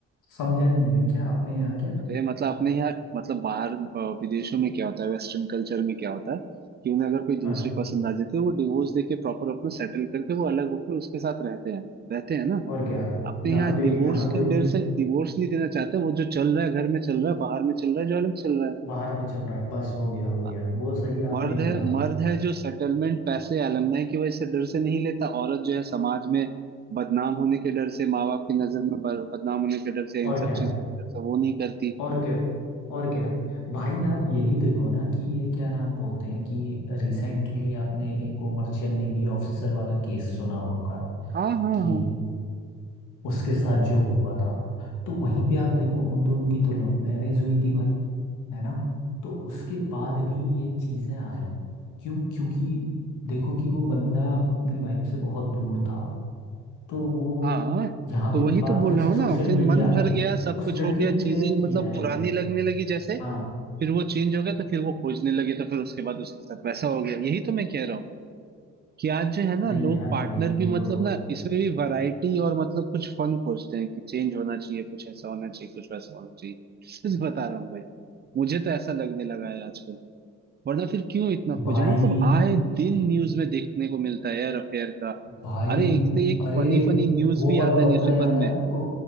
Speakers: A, on the left; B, on the right.
A: समझा नहीं मैं क्या आपने यहाँ क्या
B: अरे मतलब अपने यहाँ मतलब बाहर अ, विदेशों में क्या होता है वेस्टर्न कल्चर में क्या होता है कि उन्हें अगर कोई दूसरी
A: हाँ
B: पसंद आ जाती है वो डिवोर्स देके प्रॉपर अपना सेटल करके वो अलग होकर उसके साथ रहते हैं रहते हैं ना
A: और क्या
B: अपने
A: यहाँ
B: यहाँ
A: दे
B: डिवोर्स
A: यहाँ कोई
B: का डर
A: दिख
B: से डिवोर्स नहीं देना चाहते वो जो चल रहा है घर में चल रहा है बाहर में चल रहा है जो अलग चल रहा है
A: बाहर में चल रहा है बस हो गया हो गया
B: हाँ,
A: वो सही आपने
B: मर्द
A: बोला
B: है मर्द है जो सेटलमेंट पैसे अलमनाई की वजह से डर से नहीं लेता औरत जो है समाज में बदनाम होने के डर से माँ बाप की नजर में बर- बदनाम होने के डर से
A: और
B: इन
A: क्या
B: सब चीजों के डर से वो नहीं करती
A: और क्या और क्या भाई आप यही देखो ना कि ये क्या नाम बोलते हैं कि रिसेंटली आपने एक वो मर्चेंट नेवी ऑफिसर वाला केस सुना होगा
B: हाँ हाँ
A: कि
B: हाँ
A: उसके साथ जो हुआ था तो वहीं पे आप देखो उन दोनों की तो लव मैरिज हुई थी भाई है ना तो उसके बाद भी ये चीज़ें आई क्यों क्योंकि देखो कि वो बंदा अपनी वाइफ से बहुत दूर था तो वो
B: हाँ
A: यहाँ
B: तो
A: पे
B: वही
A: बात
B: तो बोल
A: फिर
B: रहा
A: से
B: हूँ
A: सोशल
B: ना फिर
A: मीडिया
B: मन
A: आ
B: भर
A: गई
B: गया सब
A: उस
B: कुछ
A: लड़की
B: हो गया
A: ने क्लेम
B: चीजें
A: किया
B: मतलब
A: है
B: पुरानी
A: ये
B: लगने लगी जैसे
A: हाँ
B: फिर वो चेंज हो गया तो फिर वो खोजने लगे तो फिर उसके बाद उसके साथ वैसा हो गया यही तो मैं कह रहा हूँ कि आज जो है ना
A: नहीं
B: लोग
A: यार
B: पार्टनर
A: भाई
B: भी
A: ये
B: मतलब
A: तो
B: ना इसमें भी वैरायटी और मतलब कुछ फन खोजते हैं कि चेंज होना चाहिए कुछ ऐसा होना चाहिए कुछ वैसा होना चाहिए सच बता रहा हूँ भाई मुझे तो ऐसा लगने लगा है आजकल वरना फिर क्यों इतना खोजेंगे
A: भाई
B: मतलब आए दिन न्यूज में देखने को मिलता है यार अफेयर का
A: भाई
B: अरे एक से एक
A: अरे
B: फनी फनी न्यूज
A: वो
B: भी
A: वाला
B: आता
A: बंदा
B: है न्यूज़पेपर
A: याद है
B: में
A: आपको